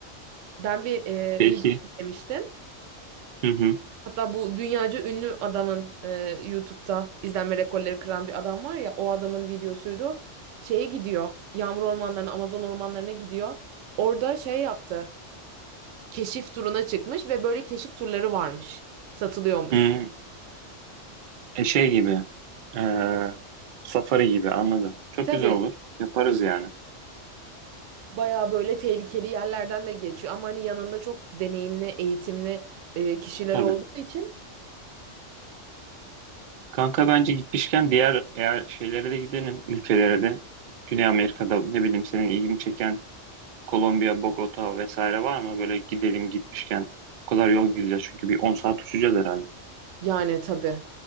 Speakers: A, on the right; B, on the right.
A: Ben bir e,
B: <laughs> Peki.
A: video izlemiştim.
B: Hı hı.
A: Hatta bu dünyaca ünlü adamın e, YouTube'da izlenme rekorları kıran bir adam var ya o adamın videosuydu. Şeye gidiyor. Yağmur ormanlarına, Amazon ormanlarına gidiyor. Orada şey yaptı. Keşif turuna çıkmış ve böyle keşif turları varmış. Satılıyormuş.
B: Hı. E, şey gibi. e, safari gibi anladım. Çok
A: Tabii,
B: güzel olur. Yaparız
A: tabii
B: yani.
A: bayağı böyle tehlikeli yerlerden de geçiyor ama hani yanında çok deneyimli, eğitimli e, kişiler
B: Tabii.
A: olduğu için
B: Kanka bence gitmişken diğer eğer şeylere de gidelim ülkelere de. Güney Amerika'da ne bileyim senin ilgini çeken Kolombiya, Bogota vesaire var mı? Böyle gidelim gitmişken. O kadar yol gideceğiz çünkü bir 10 saat uçacağız herhalde.
A: Yani tabii